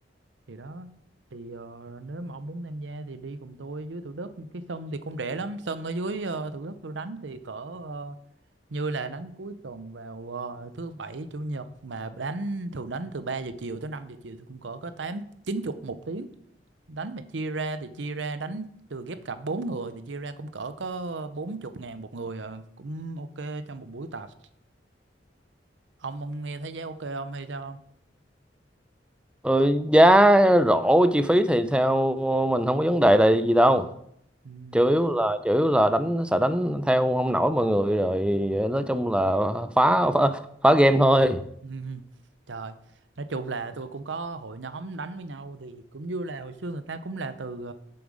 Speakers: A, on the right; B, in the centre.
A: thì đó thì ờ, nếu mà ông muốn tham gia thì đi cùng tôi dưới Thủ Đức cái sân thì cũng rẻ lắm sân ở dưới ờ, Thủ Đức tôi đánh thì cỡ ờ, như là đánh cuối tuần vào ờ, thứ bảy chủ nhật mà đánh thường đánh từ 3 giờ chiều tới 5 giờ chiều thì cũng cỡ có tám chín chục một tiếng đánh mà chia ra thì chia ra đánh từ ghép cặp bốn người thì chia ra cũng cỡ có bốn chục ngàn một người ờ, cũng ok trong một buổi tập ông ông nghe thấy giá ok không hay sao không
B: ừ, giá rổ chi phí thì theo mình không có vấn đề là gì đâu
A: ừ.
B: chủ yếu là chủ yếu là đánh sợ đánh theo không nổi mọi người rồi nói chung là phá phá, phá game thôi
A: <laughs> Ừm, Trời, nói chung là tôi cũng có hội nhóm đánh với nhau thì cũng như là hồi xưa người ta cũng là từ